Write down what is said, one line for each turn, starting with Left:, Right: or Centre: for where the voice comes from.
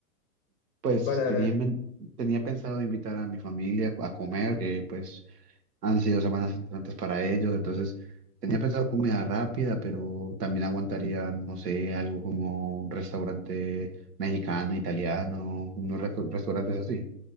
Right: pues,
Left: vale,
Right: tenía,
Left: vale, vale.
Right: inven- tenía pensado invitar a mi familia a comer, que pues han sido semanas importantes para ellos, entonces tenía pensado comida rápida, pero también aguantaría, no sé, algo como un restaurante mexicano, italiano, unos resto- restaurantes así.